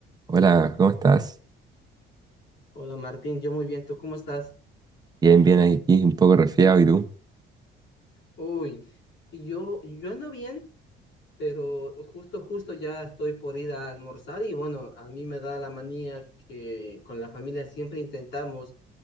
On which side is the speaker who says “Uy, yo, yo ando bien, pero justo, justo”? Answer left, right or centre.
Left